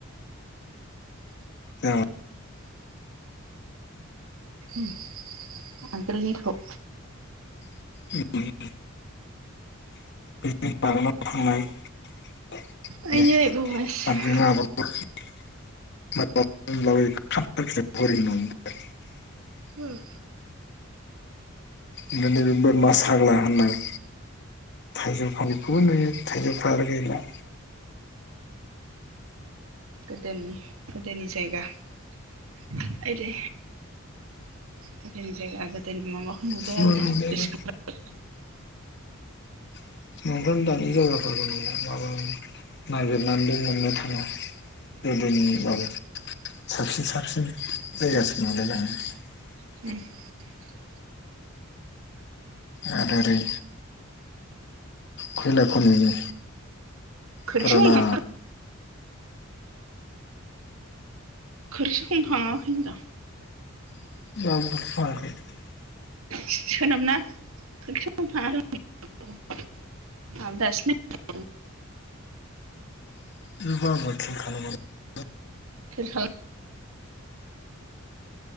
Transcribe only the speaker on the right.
उम आगोलनिखौ।
आयै
बुबायसो
होम
गोदोनि गोदोनि जायगा आयदै गोदोनि जायगा गोदोनि माबाखौ नुबाय
आरमा
गोसोखांबाय
<unintelligible>
खोरखि
हमखां खोरखिखौनो फाङाखै होनदां
<unintelligible>
<unintelligible> उम